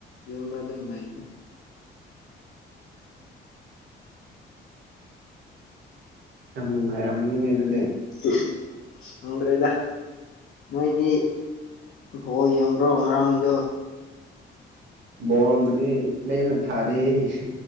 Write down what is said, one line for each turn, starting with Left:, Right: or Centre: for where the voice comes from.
Left: ꯌꯨꯝꯗ ꯑꯗꯨꯝ ꯂꯩꯗ
Right: ꯌꯥꯝ ꯅꯨꯡꯉꯥꯏꯔꯝ ꯃꯅꯤꯅ ꯑꯗꯨꯗꯤ
Left: ꯎꯝ ꯈꯪꯗ꯭ꯔꯦꯗ ꯅꯣꯏꯗꯤ ꯕꯣ ꯌꯦꯡꯕ꯭ꯔꯣ ꯉꯔꯥꯡꯒꯤꯗꯣ
Right: ꯕꫭꯜꯕꯨꯗ ꯂ‌ꯦꯝꯅ ꯍꯗ‌ꯍ‌ꯦ